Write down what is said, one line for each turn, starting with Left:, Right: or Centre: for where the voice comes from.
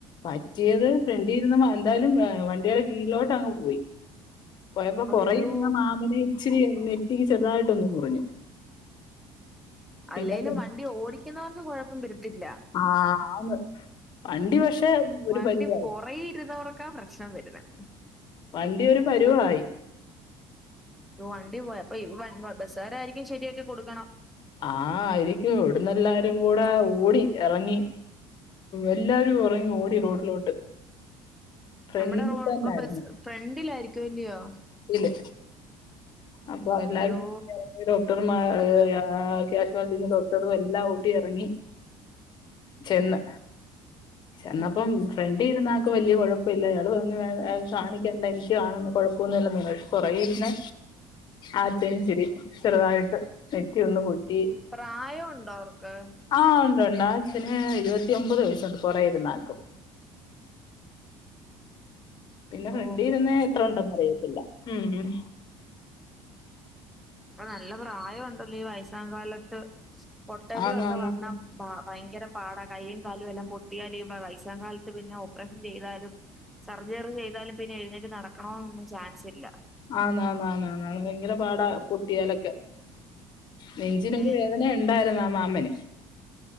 Left: പറ്റിയത് ഫ്രണ്ടിയിരുന്ന് എന്താലും വണ്ടിയുടെ കീഴിലോട്ട് അങ്ങ് പോയി പോയപ്പോ
Centre: അയ്യോ
Left: കൊറയിരുന്ന മാമനെ ഇച്ചിരി നെറ്റിക്ക് ചെറുതായിട്ടൊന്നു മുറിഞ്ഞ് പിന്നെ
Centre: അല്ലേലും വണ്ടി ഓടിക്കുന്നവർക്ക് കുഴപ്പം വരത്തില്ല
Left: ആഹ് അന്ന് വണ്ടി പക്ഷേ ഒരു
Centre: വണ്ടി
Left: പരിവായി
Centre: പുറകെ ഇരുന്നവർക്കാ പ്രശ്നം വരുന്നത്
Left: വണ്ടി ഒരു പരുവായി
Centre: വണ്ടി പോയി അപ്പൊ ബസ്സാരായിരിക്കും ശരിയൊക്കെ കൊടുക്കണം
Left: ആ ആയിരിക്കും എവിടന്ന് എല്ലാരും കൂടെ ഓടി ഇറങ്ങി എല്ലാവാരും ഉറങ്ങി ഓടി റോഡിലോട്ട് ഫ്രണ്ടിൽ
Centre: നമ്മുടെ റോ
Left: തന്നായിരുന്നു
Centre: ഇപ്പ ബസ് ഫ്രണ്ടിലായിരിക്കും അല്ലയോ
Left: ൻ്റ്ല് അപ്പൊ എല്ലാരും
Centre: അയ്യോ
Left: ഡോക്ടർ യക്യാഷവാലിറ്റിന്ന് ഡോക്ടറും എല്ലാം ഓടി ഇറങ്ങി ചെന്ന് ചെന്നപ്പം ഫ്രണ്ട് ഇരുന്നാൾക്ക് വലിയ കുഴപ്പമില്ല അയാൾ പറഞ്ഞു കാണിക്കേണ്ട എനിക്ക്ണു കുഴപ്പ പുന്നില്ല പുറകിൽ ഇരുന്നെ ആൾടെ ചെറുതായിട്ട് നെറ്റി ഒന്ന് പൊട്ടി
Centre: പ്രായംണ്ടോ അവർക്ക്
Left: ആ ഉണ്ട് ഉണ്ട് അച്ഛന് എഴുപത്തി ഒമ്പത് വയസ്സ് ഒണ്ട് പുകിലിരുന്ന ആ ക്ക് പിന്നെ ഫ്രണ്ടി
Centre: ഓ
Left: ഇരുന്നേ എത്ര ഉണ്ടെന്ന്റിയത്തില്ല ഉം ഉം
Centre: ഇപ്പൊ നല്ല പ്രായംണ്ടല്ലോ ഈ വയസ്സാ കാലത്ത് പൊട്ടലും
Left: ആന്ന്
Centre: ഒക്കെ
Left: ആന്ന്
Centre: വന്ന ഭയങ്കര പാടാ കയ്യും കാലും എല്ലാം പൊട്ടിയാല് വൈസാ കാലത്ത് പിന്നെ പ്പറേഷം ചെയ്താലും സർജറി ചെയ്താലും പിന്നെ എഴുന്നേറ്റ് നടക്കണൊന്നൊന്നും ചാൻസ് ഇല്ല
Left: ആന്ന് ആന്ന് ഭയങ്കര പാടാ പൊട്ടിയാലൊക്കെ നെഞ്ചിനൊരു
Centre: പിന്നെ
Left: വേദന ഉണ്ടായിരുന്നു ആ മാമന്